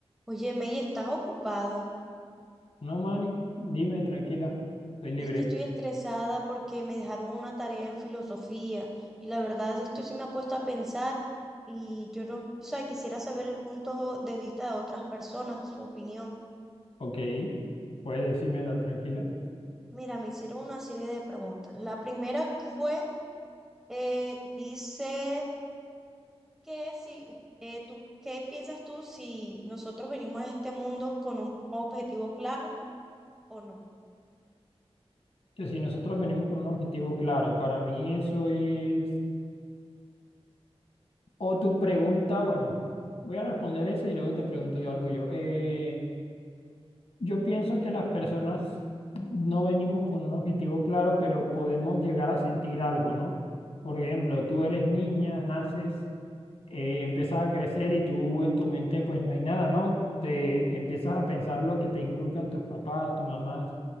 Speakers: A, in the centre; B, on the left (about 70°).
A: Oye, May, ¿estás ocupado?
B: No, Manny, dime tranquila, soy libre.
A: Es que estoy estresada porque me dejaron una tarea en filosofía y la verdad esto sí me ha puesto a pensar y yo no, o sea, quisiera saber el punto de vista de otras personas, su opinión.
B: Ok, puedes decirme tal tranquila.
A: Mira, me hicieron una serie de preguntas. La primera fue, eh, dice que si, eh, tú, ¿qué piensas tú si nosotros venimos a este mundo con un objetivo claro o no?
B: Que si nosotros venimos con un objetivo claro, para mí eso
A: A este
B: es...
A: mundo.
B: O tu pregunta, bueno, voy a responder esa y luego te pregunto yo algo yo. Eh, yo pienso que las personas no venimos con un objetivo claro, pero podemos llegar a sentir algo, ¿no? Por ejemplo, tú eres niña, naces. eh, empiezas a crecer y tú en tu mente pues no hay nada, ¿no? Te empiezas a pensar lo que te inculcan tus papás, tus mamás,